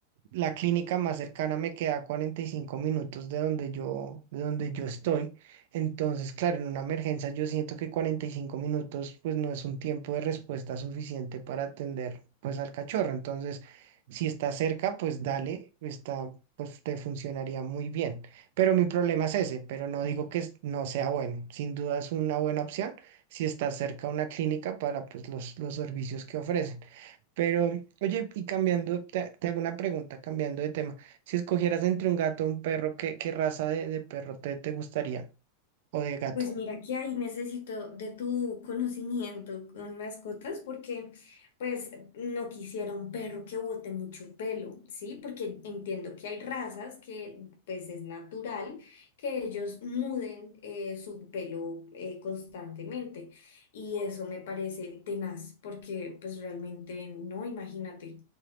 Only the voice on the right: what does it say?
la clínica más cercana me queda a 45 minutos de donde yo, de donde yo estoy. Entonces, claro, en una emergencia yo siento que 45 minutos pues no es un tiempo de respuesta suficiente para atender pues al cachorro. Entonces, si está cerca, pues dale, está, pues te funcionaría muy bien. Pero mi problema es ese, pero no digo que es- no sea bueno. Sin duda es una buena opción si está cerca una clínica para pues los, los servicios que ofrece. Pero, oye, y cambiando, te, te hago una pregunta, cambiando de tema. Si escogieras entre un gato o un perro, ¿qué, qué raza de, de perro te, te gustaría? O de gato.